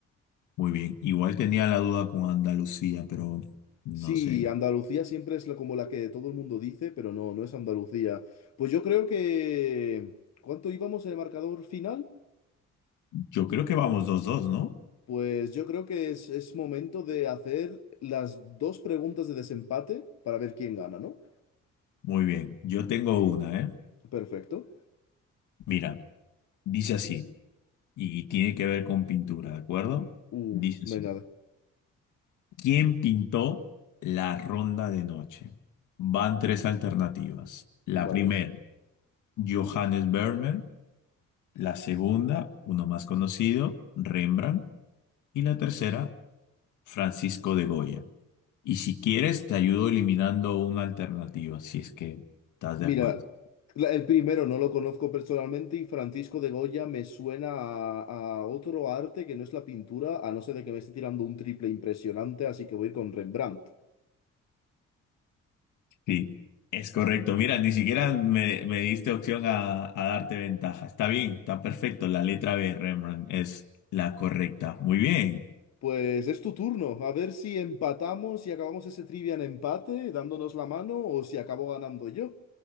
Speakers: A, on the left; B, on the left.
A: Muy bien. Igual tenía la duda con Andalucía, pero no
B: Sí,
A: sé.
B: Andalucía siempre es la, como la que todo el mundo dice, pero no, no es Andalucía. Pues yo creo que... ¿Cuánto íbamos en el marcador final?
A: Yo creo que vamos dos dos, ¿no?
B: Pues yo creo que es, es momento de hacer las dos preguntas de desempate para ver quién gana, ¿no?
A: Muy bien, yo tengo una, ¿eh?
B: Perfecto.
A: Mira, dice así, y tiene que ver con pintura, ¿de acuerdo?
B: Uh,
A: Dice
B: venga,
A: así, ¿quién pintó la ronda de noche? Van tres alternativas. La
B: vale.
A: primera, Johannes Vermeer. La segunda, uno más conocido, Rembrandt. Y la tercera, Francisco de Goya. Y si quieres, te ayudo eliminando una alternativa, si es que estás de acuerdo.
B: Mira, la- el primero no lo conozco personalmente y Francisco de Goya me suena a, a otro arte que no es la pintura, a no ser de que me esté tirando un triple impresionante, así que voy a ir con Rembrandt.
A: Sí, es correcto. Mira, ni siquiera me, me diste opción a, a darte ventaja. Está bien, está perfecto. La letra B, Rembrandt, es la correcta. Muy bien.
B: Pues es tu turno, a ver si empatamos y acabamos ese trivia en empate, dándonos la mano, o si acabo ganando yo.